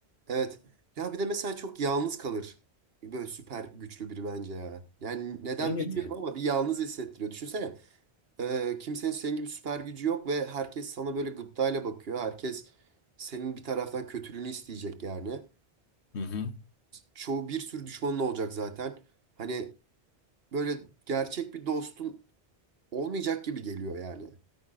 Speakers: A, on the right; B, on the left.
A: Evet. Ya bir de mesela çok yalnız kalır. Böyle süper güçlü biri bence ya. Yani neden
B: Evet
A: bilmiyorum
B: yani.
A: ama bir yalnız hissettiriyor. Düşünsene. e, kimsenin senin gibi süper gücü yok ve herkes sana böyle gıptayla bakıyor. Herkes senin bir taraftan kötülüğünü isteyecek yani.
B: Hı hı.
A: Çoğu bir sürü düşmanın olacak zaten. Hani böyle gerçek bir dostun olmayacak gibi geliyor yani.